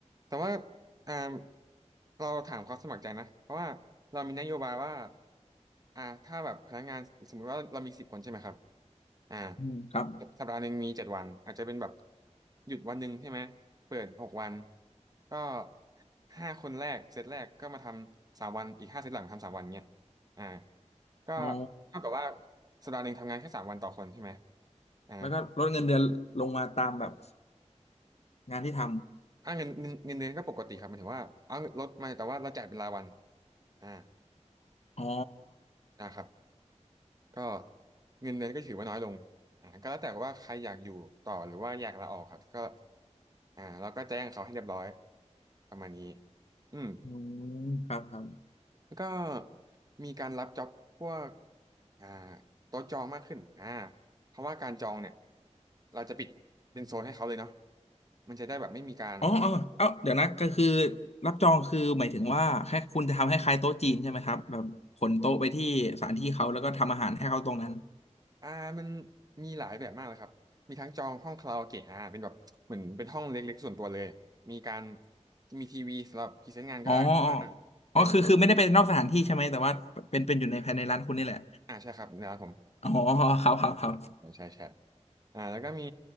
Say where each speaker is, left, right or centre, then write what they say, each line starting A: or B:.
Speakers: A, on the right (about 30°); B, on the left (about 60°).
A: แต่ว่าอ่าเราถามความสมัครใจนะ เพราะว่าเรามีนโยบายว่าอ่าถ้าแบบพนักงานสมมติว่าเรามีสิบคนใช่ไหมครับอ่า
B: อืมครับ
A: สัปดาห์หนึ่งมีเจ็ดวันอาจจะเป็นแบบหยุดวันหนึ่งใช่ไหมเปิดหกวันก็ห้าคนแรกเซตแรกก็มาทำสามวันอีกห้าเซตหลังทำสามวันเนี้ยอ่าก็
B: อ๋อ
A: เท่ากับว่าสัปดาห์หนึ่งทำงานแค่สามวันต่อคนใช่ไหมอ่า
B: แล้วก็ลดเงินเดือนลงมาตามแบบงานที่ท
A: อ่าเงินเงินเงินเดือนก็ปกติครับหมายถึงว่าเอาลดมาแต่ว่าเราจ่ายเป็นรายวัน อ่า
B: ำอ๋อ
A: นะครับก็เงินเดือนก็ถือว่าน้อยลงอ่าก็แล้วแต่ว่าใครอยากอยู่ต่อหรือว่าอยากลาออกครับก็อ่าเราก็แจ้งเขาให้เรียบร้อยประมาณนี้อืม
B: อืมครับครับ
A: แล้วก็มีการรับจ็อบพวกอ่าโต๊ะจองมากขึ้นอ่าเพราะว่าการจองเนี่ยเราจะปิดเป็นโซนให้เขาเลยเนาะมันจะได้แบบไม่มีการ
B: อ๋อเออเอ้าเดี๋ยวนะก็คือรับจองคือหมายถึงว่าแค่คุณจะทำให้คล้ายโต๊ะจีนใช่ไหมครับแบบขนโต๊ะไปที่สถานที่เขาแล้วก็ทำอาหารให้เขาตรงนั้น
A: อ่ามันมีหลายแบบมากเลยครับมีทั้งจองห้องคาราโอเกะอ่าเป็นแบบเหมือนเป็นห้องเล็กๆส่วนตัวเลยมีการมีทีวีสำหรับพรีเซนต์งานก็ได้แต่ว่า
B: อ๋ออ๋อ
A: เป็น
B: อ๋อคือคือไม่ได้เป็นนอกสถานที่ใช่ไหมแต่ว่าเป็นเป็นอยู่ในภายในร้านคุณนี่แหละ
A: อ่าใช่ครับในร้านผม
B: อ๋อครับครับครับ
A: ไม่ใช่แชทอ่าแล้วก็มี